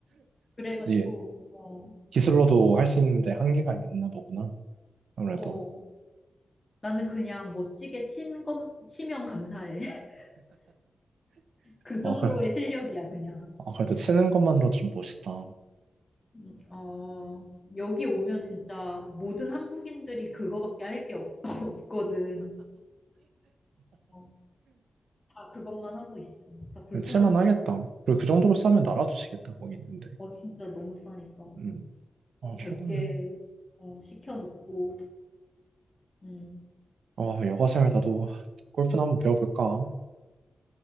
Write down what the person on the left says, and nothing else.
그래가지고,
어,
어. 나는 그냥 멋지게 친 건, 치면 감사해. <laughs> 그 정도의
실력이야, 그냥.
음, 어, 여기 오면 진짜 모든 한국인들이 그거밖에 할 게 <laughs> 없거든. 어, 다 그것만 하고 있어. 다 골프만
치고
있어.
어, 진짜 너무 싸니까.
어,
100개, 어, 시켜놓고, 음.